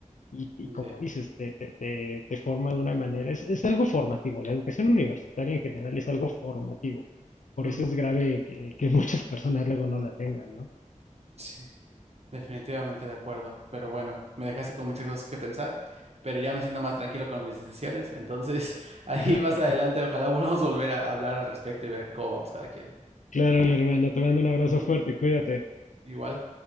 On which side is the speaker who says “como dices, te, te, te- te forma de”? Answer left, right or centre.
Left